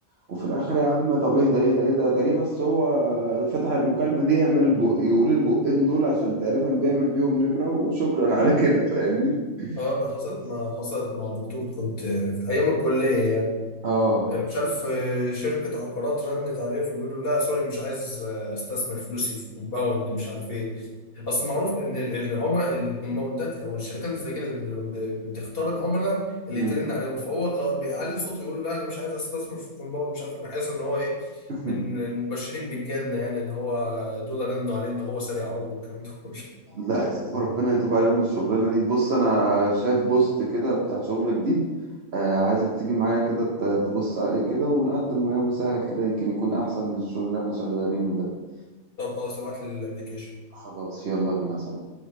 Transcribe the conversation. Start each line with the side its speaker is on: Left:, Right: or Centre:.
Right: وفي الاخر يا عم طب ايه ده ايه ده ايه ده تقريبا بس هو آه، فتح المكالمه دي يعمل البق يقول البقين دول عشان تقريبا بيعمل
Left: اه
Right: بيهم نمره وشكرا على كده فاهمني
Left: آه، انا حصلت
Right: بس
Left: ما حصلت مع دكتور كنت آه، في ايام الكليه يعني.
Right: اه
Left: آه، مش عارف آه، شركة عقارات رنت عليه فبيقولوا لا سوري مش عايز آه، استثمر فلوسي في كومباوند مش عارف ايه اصل معروف ان ال- إن العملاء الكومباوندات او الشركات اللي زي كده لما ب- بتختار العملاء اللي
Right: مم.
Left: يترن عليهم فهو خ- بيعلي صوته يقول لا انا مش عايز استثمر في كومباوند مش عارف ايه بحيث ان هو ايه
Right: <laughs>
Left: من المبشرين بالجنة يعني ان هو دول رنوا عليه ان هو سريع عربي والكلام ده كله
Right: لا يا آه، عم ربنا يتوب علينا من الشغلانة دي بص أنا شايف بوست كده بتاع شغل جديد آه عايزك تيجي معايا كده ت- تبص عليه كده ونقدم وياه مساعد كده يمكن يكون أحسن من الشغل اللي احنا شغالينه ده
Left: طب خلاص ابعت لي الابلكيشن
Right: خلاص يلا بينا صديقي